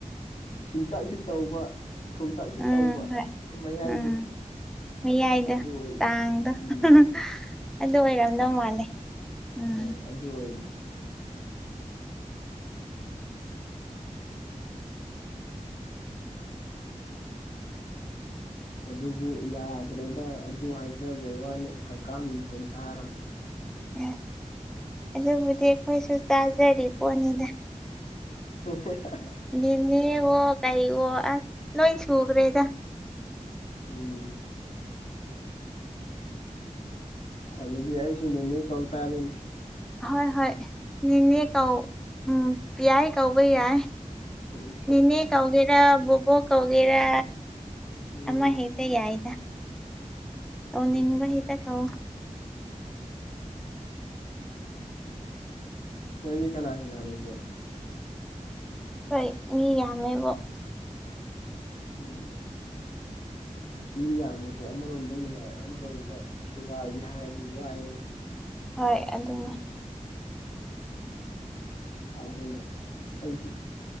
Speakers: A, on the left (about 55°); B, in the centre.
A: ꯁꯤꯟꯇꯛꯁꯨ ꯇꯧꯕ ꯊꯨꯝꯇꯛꯁꯨ
B: ꯎꯝ
A: ꯇꯧꯕ
B: ꯍꯣꯏ
A: ꯃꯌꯥꯏꯗꯣ
B: ꯎꯝ ꯃꯌꯥꯏꯗꫭ
A: ꯑꯗꯨ ꯑꯣꯏꯔꯤ
B: ꯇꯥꯡꯗꫭ
A: ꯎꯝ
B: <unintelligible> ꯑꯗꯨ ꯑꯣꯏꯔꯝꯗꯧ ꯃꯥꯜꯂꯦ ꯎꯝ
A: ꯍꯣꯏ ꯑꯗꯨ ꯑꯣꯏꯗꯤ ꯑꯗꯨꯕꯨ ꯌꯥꯗ꯭ꯔꯦꯗ ꯑꯗꯨ ꯍꯥꯏꯖꯕꯩ ꯋꯥꯅꯤ ꯀꯀꯥ ꯃꯤꯡꯊꯣꯟ ꯆꯥꯔꯝꯅꯦ
B: <unintelligible> ꯑꯗꯨꯕꯨꯗꯤ ꯑꯩꯈꯣꯏꯁꯨ ꯆꯥꯖꯔꯤ ꯄꯣꯠꯅꯤꯗ
A: <unintelligible>
B: ꯌꯦꯟꯗꯦꯝꯋꫭ ꯀꯩꯑꫭ ꯑꯁ ꯂꯣꯏ ꯁꯨꯈ꯭ꯔꯦꯗ
A: ꯎꯝ ꯑꯗꯨꯗꯤ ꯑꯩꯁꯨ ꯅꯦꯅꯦ ꯀꯧ ꯇꯥꯥꯔꯦꯅꯦ
B: ꯍꯣꯏ ꯍꯣꯏ ꯅꯦꯅꯦ ꯀꯧ ꯎꯝ ꯌꯥꯏ ꯀꯧꯕ ꯌꯥꯏ
A: ꯎꯝ
B: ꯅꯦꯅꯦ ꯀꯧꯒꯦꯔ ꯕꯣꯕꯣꯛ ꯀꯧꯒꯦꯔ
A: <unintelligible>
B: ꯑꯃ ꯍꯦꯛꯇ ꯌꯥꯏꯗ ꯀꯧꯅꯤꯡꯕ
A: ꯎꯝ
B: ꯍꯦꯛꯇ ꯀꯧ
A: ꯅꯣꯏꯗꯤ ꯀꯅꯥ ꯀꯅꯥ ꯂꯩꯒꯦ
B: ꯑꯈꫭꯏ ꯃꯤ ꯌꯥꯝꯃꯦꯕꯣ
A: ꯎꯝ ꯃꯤ ꯌꯥꯝꯕꯁꯦ ꯑꯃꯔꯣꯝꯗ ꯅꯨꯡꯉꯥꯏ ꯑꯃꯔꯣꯝꯗ ꯁꯦꯕꯥꯒꯤ ꯍꯥꯏꯔꯗꯤ ꯋꯥꯏꯉꯣ
B: ꯍꯣꯏ ꯑꯗꯨꯅꯤ
A: ꯑꯗꯨꯅ ꯑꯩꯗꯤ